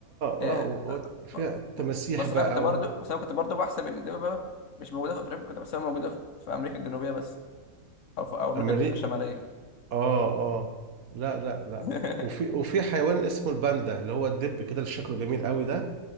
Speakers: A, on the left; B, on the right.
A: آه
B: اه و...
A: آه،
B: و- فيها
A: ب-
B: تماسيح
A: بس
B: بقى
A: انا كنت برضو بس انا كنت برضو بحسب ان الدبابه مش موجوده في افريقيا كنت بحسبها موجوده في في امريكا الجنوبيه بس او في او امريكا
B: وامريك
A: الج- الشماليه
B: اه اه لا لا لا
A: <laughs>
B: وفي وفي حيوان اسمه الباندا اللي هو الدب كده اللي شكله جميل قوي ده